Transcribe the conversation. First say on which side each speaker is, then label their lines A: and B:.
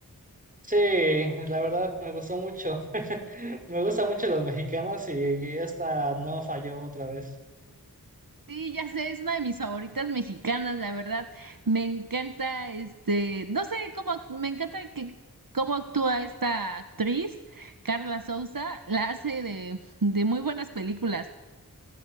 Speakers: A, on the right; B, on the right.
A: Sí, la verdad me gustó mucho. <laughs> Me gustan mucho los mexicanos y esta no falló otra vez.
B: Sí, ya sé, es una de mis favoritas mexicanas, la verdad. Me encanta, este, no sé cómo, act- me encanta que cómo actúa esta actriz, Carla Souza, la hace de, de muy buenas películas.